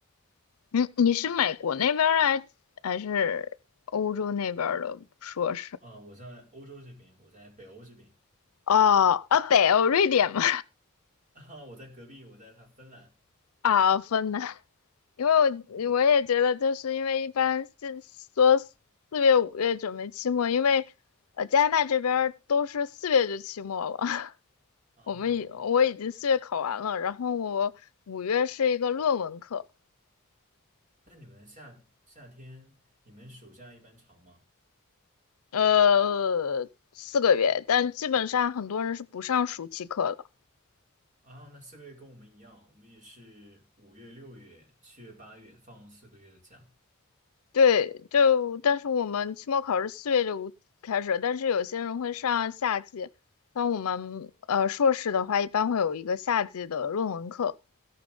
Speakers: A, on the left; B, on the right.
A: 嗯，你是美国那边儿还还是欧洲那边儿的硕士？
B: 啊，我在欧洲这边，我在北欧这边，
A: 哦，啊，北欧，瑞典吗？
B: <laughs> 啊，我在隔壁，我在他芬兰。
A: 啊，分兰，因为我我也觉得，
B: 嗯，
A: 就是因为一般是说四月、五月准备期末，因为呃加拿大这边儿都是四月就期末了，<laughs>
B: 哦，
A: 我们已我已经四月考完了，然后我五月是一个论文课，
B: 那你们夏夏天，你们暑假一般长吗？
A: 呃，四个月，但基本上很多人是不上暑期课的。
B: 啊，那四个月跟我们一样，我们也是五月、六月、七月、八月放四个月的假。
A: 对，就但是我们期末考试四月就开始，但是有些人会上夏季，像我们呃硕士的话，一般会有一个夏季的论文课，